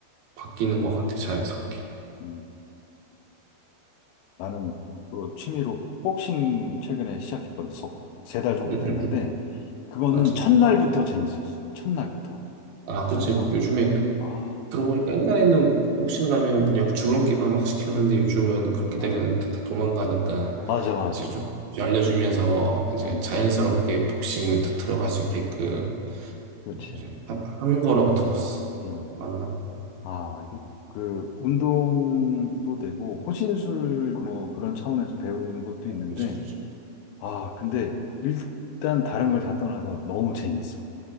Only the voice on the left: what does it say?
음. 나는 그 취미로 복싱 최근에 시작했거든. 세 달 정도
됐는데,
그거는
첫날부터 재밌었어. 첫날부터.
정말.
아,
맞아.
맞아, 맞아.
응,
그렇지.
응.
아, 이게 그 운동도 되고, 호신술 뭐 그런 차원에서 배우는 것도
있는데,
아, 근데 일단 다른 걸 다 떠나서 너무 재밌어.